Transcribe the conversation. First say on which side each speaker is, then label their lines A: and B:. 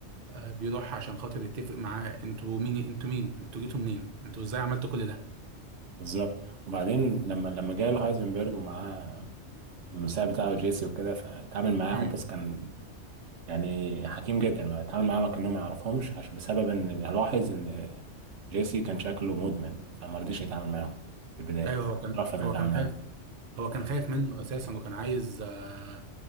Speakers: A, on the right; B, on the right.
A: آه، بيروح عشان خاطر يتفق معاه انتوا مين انتوا مين انتوا جيتوا منين انتوا ازاي عملتوا كل ده
B: بالظبط وبعدين لما لما جاله هايزنبرج ومعاه المساعد بتاعه جيسي وكده فتعامل معاهم
A: مم.
B: بص كان يعني حكيم جدا ما اتعامل معاه كأنهم ما يعرفهمش عشان بسبب ان لاحظ ان جيسي كان شكله مدمن فما رضيش يتعامل معاه في البداية
A: ايوه هو كان
B: رفض
A: هو
B: ان يتعامل
A: كان
B: معاه
A: خايف هو
B: مم.
A: كان خايف منه اساسا وكان عايز آه،